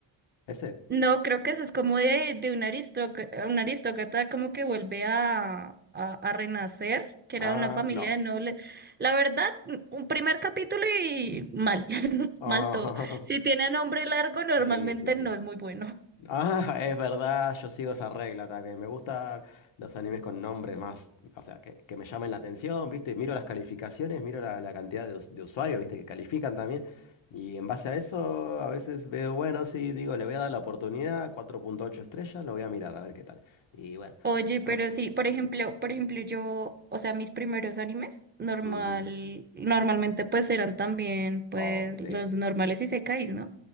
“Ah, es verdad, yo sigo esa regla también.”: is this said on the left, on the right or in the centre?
Left